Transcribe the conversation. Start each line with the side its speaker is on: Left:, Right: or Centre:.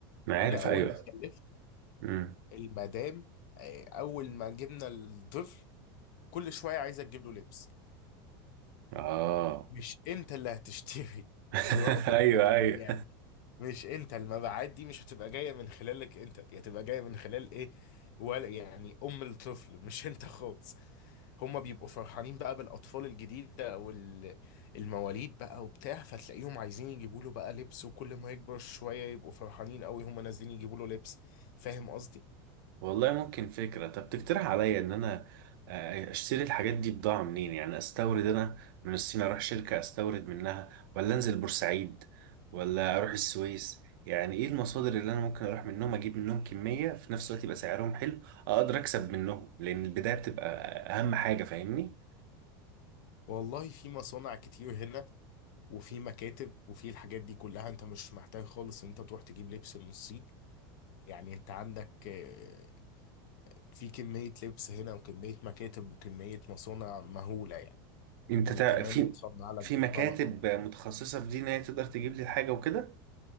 Right: انا عارف
Left: انا اول
Right: ايوه
Left: ما خلفت
Right: امم
Left: المدام آه، اول ما جبنا الطفل كل شويه عايزه تجيب له لبس
Right: اه
Left: مش انت اللي هتشتري
Right: <laughs>
Left: مراتك
Right: ايوه
Left: او
Right: ايوه
Left: يعني مش انت المبيعات دي مش هتبقى جايه من خلالك انت دي هتبقى جايه من خلال ايه ولا يعني ام الطفل مش انت خالص هما بيبقوا فرحانين بقى بالاطفال الجديده او ال- المواليد بقى وبتاع فتلاقيهم عايزين يجيبوا له بقى لبس وكل ما يكبر شويه يبقوا فرحانين قوي هما نازلين يجيبوا له لبس فاهم قصدي
Right: والله ممكن فكرة طب تقترح عليا ان انا آه، اشتري الحاجات دي بضاعة منين يعني استورد انا من الصين اروح شركة استورد منها ولا انزل بورسعيد ولا اروح السويس يعني ايه المصادر اللي انا ممكن اروح منهم اجيب منهم كمية في نفس الوقت يبقى سعرهم حلو اقدر اكسب منهم لان البداية بتبقى اهم حاجة فاهمني
Left: والله في مصانع كتير هنا وفي مكاتب وفي الحاجات دي كلها انت مش محتاج خالص ان انت تروح تجيب لبس من الصين يعني انت عندك آه، في كمية لبس هنا وكمية مكاتب وكمية مصانع مهولة يعني
Right: انت
Left: وكمان
Right: تع- في
Left: بتصنع لك
Right: في
Left: بالطلب
Right: مكاتب متخصصة في دي ان هي تقدر تجيب لي الحاجة وكده